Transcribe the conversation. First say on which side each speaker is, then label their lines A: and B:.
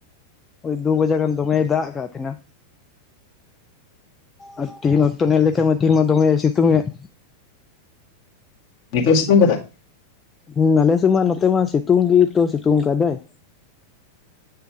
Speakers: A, on the left; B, on the left.
A: ᱳᱭ ᱫᱩ ᱵᱟᱡᱟᱜ ᱜᱟᱱ ᱫᱚᱢᱮᱭ ᱫᱟᱜ ᱟᱠᱟᱫ ᱛᱟᱦᱮᱱᱟ ᱟᱨ ᱛᱤᱦᱤᱱ ᱚᱠᱛᱚ ᱧᱮᱞ ᱞᱮᱠᱷᱟᱱ ᱢᱟ ᱛᱤᱦᱤᱱ ᱢᱟ ᱫᱚᱢᱮ ᱥᱤᱛᱩᱝ ᱮᱫ
B: ᱱᱤᱛᱚᱜ ᱥᱤᱛᱩᱝ ᱟᱠᱟᱫᱟᱭ
A: ᱦᱮᱸ ᱟᱞᱮᱥᱮᱫ ᱢᱟ ᱱᱚᱛᱮ ᱢᱟ ᱥᱤᱛᱩᱝ ᱜᱮ ᱥᱤᱛᱩᱝ ᱟᱠᱟᱫᱟᱭ